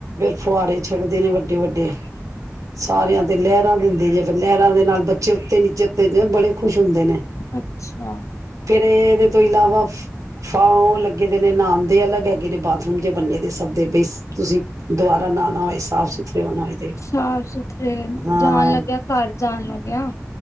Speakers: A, on the right; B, on the left.
A: ਫੁਆਰੇ ਛੱਡਦੇ ਨੇ, ਵੱਡੇ ਵੱਡੇ ਸਾਰਿਆਂ ਤੇ ਲਹਿਰਾਂ ਦਿੰਦੇ ਜੇ ਫਿਰ ਲਹਿਰਾਂ ਦੇ ਨਾਲ ਬੱਚੇ ਉੱਤੇ ਨੀਚੇ ਉੱਤੇ ਜ ਬੜੇ <unintelligible> ਦੇ ਨੇ
B: ਅੱਛਾ
A: ਫਿਰ ਇਹਦੇ ਤੋਂ ਇਲਾਵਾ ਫ ਫਾਂਓ ਲੱਗੇ ਦੇ ਨੇ ਨਾਨ ਦੇ ਅਲੱਗ ਹੈਗੇ ਨੇ ਬਾਥਰੂਮ ਜ ਬੰਨੇ ਦੇ ਸਭ ਦੇ ਬੀਸ ਤੁਸੀਂ ਦੁਬਾਰਾ ਨਾਨਾ ਹੋਏ ਸਾਫ਼ ਸੁਥਰੇ ਹੋਣਾ ਹੋਏ ਤੇ
B: ਸਾਫ ਸੁਥਰੇ
A: ਹਾਂ
B: ਜਾਣ ਲੱਗਿਆ ਘਰ ਜਾਣ ਲ ਗਿਆ